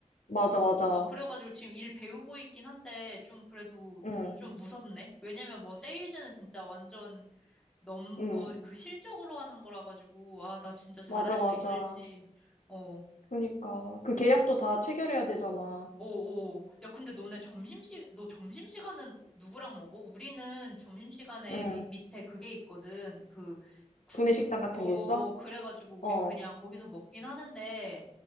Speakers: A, on the left; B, in the centre.
A: 맞아, 맞아.
B: 아, 그래가지고 지금 일 배우고 있긴 한데, 좀 그래도
A: 응,
B: 좀 무섭네. 왜냐면 뭐 세일즈는 진짜 완전 넘,
A: 응.
B: 어, 그 실적으로 하는 거라 가지고, 아, 나 진짜 잘할
A: 맞아, 맞아.
B: 수 있을지. 어.
A: 그러니까. 그 계약도 다 체결해야 되잖아.
B: 오오. 야, 근데 너네 점심시, 너 점심시간은 누구랑 먹어? 우리는 점심시간에
A: 응.
B: 위- 밑에 그게 있거든. 그, 구,
A: 구내식당 같은
B: 어,
A: 게 있어?
B: 그래가지고 우린
A: 어,
B: 그냥 거기서 먹긴 하는데,